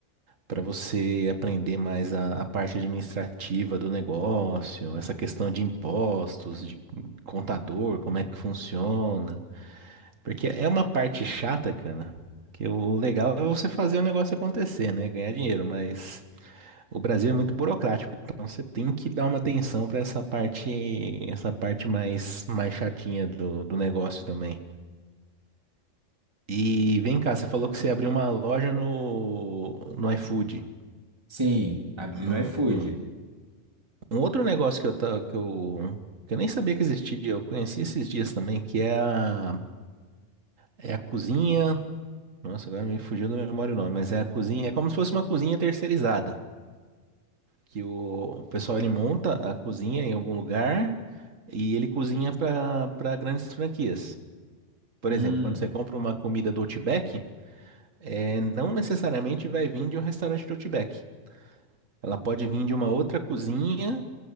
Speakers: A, on the right; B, on the right.
A: para você aprender mais a, a parte administrativa do negócio, essa questão de impostos, de contador, como é que funciona. Porque é uma parte chata, cara, que o legal é você fazer o negócio acontecer, né? Ganhar dinheiro, mas o Brasil é muito burocrático, então você tem que dar uma atenção para essa parte, essa parte mais, mais chatinha do, do negócio também. E vem cá, você falou que você abriu uma loja no, no iFood.
B: Sim, abri no
A: um,
B: iFood.
A: um Um outro negócio que eu, ta- que eu, que eu nem sabia que existia, eu conheci esses dias também, que é a, é a cozinha. Nossa, agora me fugiu da memória o nome, mas é a cozinha. É como se fosse uma cozinha terceirizada. Que o, o pessoal ele monta a cozinha em algum lugar e ele cozinha para para grandes franquias. Por
B: Hum.
A: exemplo, quando você compra uma comida do Outback, é, não necessariamente vai vir de um restaurante do Outback. Ela pode vir de uma outra cozinha